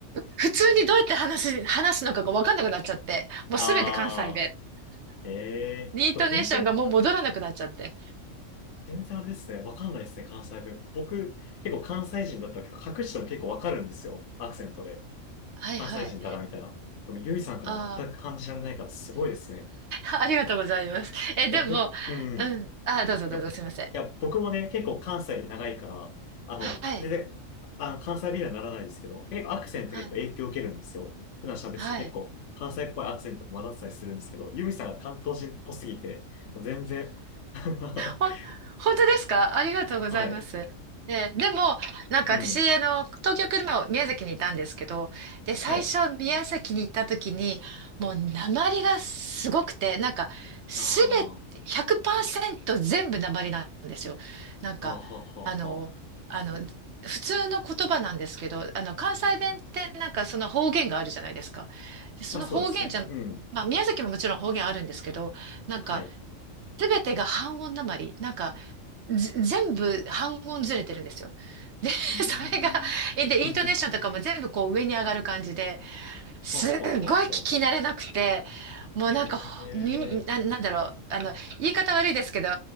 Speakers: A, on the right (about 60°); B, on the left (about 70°).
A: 普通にどうやって話す、話すのかがわかんなくなっちゃって、もうすべて関西弁。
B: あ <laughs> あー、え
A: イントネーションがもう戻らなくなっちゃって。
B: えー全然、全然あれですね。わかんないですね、関西弁。僕、結構関西人だったら隠しても結構わかるんですよ。アクセントで。
A: はいはい。
B: 関西人だな、みたいな。でも、ゆいさんから全く感じられないから、
A: あ
B: すごいですね。
A: あ、<laughs> ありがとうございます。え、でも、
B: いや、僕、うん。
A: うん。あ、どうぞどうぞ、
B: いや、いや、
A: すいません。
B: 僕もね、結構関西で長いから、あの、
A: はい。
B: 全然、あの、関西弁にはならないですけど、結構アクセント結構影響を受けるんですよ。
A: はい。
B: 普段喋ってたら結構関西っぽいアクセントが混ざってたりするんですけど、
A: はい。
B: ユミさんが関東人っぽすぎて、全然 <laughs>
A: ほ、本当ですかありがとうございます。
B: はい。
A: ね、でも、なんか私、
B: うん。
A: あの、東京来る前は宮崎にいたんですけど、で、最初宮崎に行った時に、
B: はい。
A: もう鉛がすごくて、なんか、すべて、
B: あー
A: 100%全部鉛なんですよ。なんか、
B: あー、はははは。
A: あの、あの、普通の言葉なんですけど、あの、関西弁ってなんかその方言があるじゃないですか。でその方言じゃん、
B: まあそうですね。うん。
A: まあ宮崎ももちろん方言あるんですけど、なんか、
B: はい。
A: すべてが半音鉛。なんか、ぜ全部半音ずれてるんですよ。で、<laughs>
B: うーん。
A: それが、えで、
B: <laughs>
A: イントネーションとかも全部こう上に上がる感じで、すっごい聞き慣れなくて、
B: はははは。
A: もうなんか、
B: ええー。
A: ほ耳な、なんだろう、あの、言い方悪いですけど、